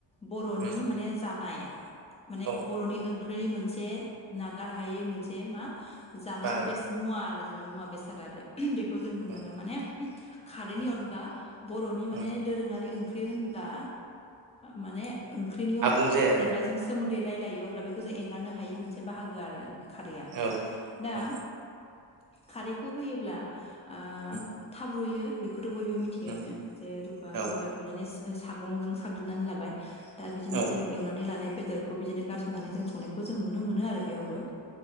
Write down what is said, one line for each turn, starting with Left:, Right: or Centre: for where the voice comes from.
Left: बर'नि
Right: उम
Left: माने जानाय। माने
Right: औ
Left: बर'नि ओं ख्रि मोन से नागार हायै मोनसे मा। जानाय
Right: बाहागो
Left: बेस मुवा आरो जेनेबा मुवा बेसाद आरो बेखौ जों बुंनांगोन
Right: उम
Left: माने खारैनि
Right: उम
Left: अनगा बर'नि माने
Right: उम
Left: दोरोङारि ओं ख्रि होनब्ला माने। ओंख्रिनियाव
Right: आबुं जाया आरो
Left: जेब्ला जों सोमोन्दै रायलायो अब्ला बेख फोजों ए गारनो हायि मोनसे बाहागो आरो खारैया
Right: औ
Left: दा
Right: औ
Left: खारैखौ होयोब्ला आ
Right: उम
Left: थाबरुयो। बेखौथ' बयबो मिथियोनो
Right: उम
Left: जे रुपा
Right: औ
Left: जेब्ला रुइनानै सागंजों साग्लिनानै लाबाय दा बिदिनो
Right: औ
Left: जों एवनानै लानाय बेदरखौ बिदिनो गारस'नानै जों संनाय खौ जों नुनो मोनो आरो बेयावबो ।